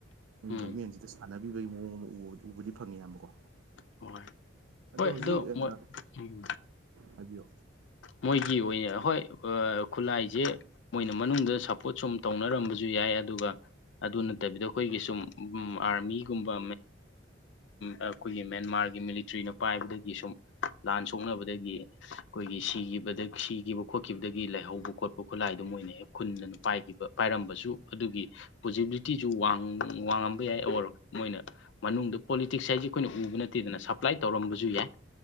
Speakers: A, on the left (about 65°); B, on the right (about 85°).
A: ꯎꯝ
B: ꯒꯃꯦꯟꯁꯤꯗ ꯁꯥꯟꯅꯕꯤꯕꯒꯤ ꯃꯑꯣꯡ ꯑꯃ ꯎꯕꯗꯤ ꯐꯪꯉꯦ ꯍꯥꯏꯕꯀꯣ
A: ꯍꯣꯏ ꯍꯣꯏ
B: ꯍꯧꯖꯤꯛ
A: ꯑꯗꯨ ꯃꯣꯏ ꯎꯝ
B: ꯍꯥꯏꯕꯤꯌꯣ
A: ꯃꯣꯏꯒꯤ ꯑꯣꯏꯅ ꯍꯣꯏ ꯈꯨꯠꯂꯥꯏꯁꯦ ꯃꯣꯏꯅ ꯃꯅꯨꯡꯗ ꯁꯄꯣꯔꯠ ꯁꯨꯝ ꯇꯧꯅꯔꯝꯕꯁꯨ ꯌꯥꯏ ꯑꯗꯨꯒ ꯑꯗꯨ ꯅꯠꯇꯕꯤꯗ ꯑꯩꯈꯣꯏꯒꯤ ꯁꯨꯝ ꯑꯥꯔꯃꯤꯒꯨꯝꯕ ꯑꯩꯈꯣꯏꯒꯤ ꯃꯦꯟꯃꯥꯔ ꯃꯤꯂꯤꯇ꯭ꯔꯤꯅ ꯄꯥꯏꯕꯗꯒꯤ ꯁꯨꯝ ꯂꯥꯟ ꯁꯣꯛꯅꯕꯗꯒꯤ ꯑꯩꯈꯣꯏꯒꯤ ꯁꯤ ꯁꯤꯈꯤꯕ ꯈꯣꯠꯈꯤꯕꯗꯒꯤ ꯂꯩꯥꯏꯍꯧꯕ ꯈꯣꯠꯄ ꯈꯨꯠꯂꯥꯏꯗꯣ ꯃꯣꯏꯅ ꯍꯦꯛ ꯈꯨꯟꯗꯅ ꯄꯥꯏꯈꯤꯕ ꯄꯥꯏꯔꯝꯕꯁꯨ ꯁꯨ ꯑꯗꯨꯒꯤ ꯄꯣꯖꯤꯕꯤꯂꯤꯇꯤꯁꯨ ꯋꯥꯡ ꯋꯥꯡ ꯉꯝꯕ ꯌꯥꯏ ꯑꯣꯔ ꯃꯣꯏꯅ ꯃꯅꯨꯡꯗ ꯄꯣꯂꯤꯇꯤꯛꯁ ꯁꯥꯏꯁꯦ ꯑꯩꯈꯣꯏꯅ ꯎꯕ ꯅꯠꯇꯦꯗꯅ ꯁꯞꯄ꯭ꯂꯥꯏ ꯇꯧꯔꯝꯕꯁꯨ ꯌꯥꯏ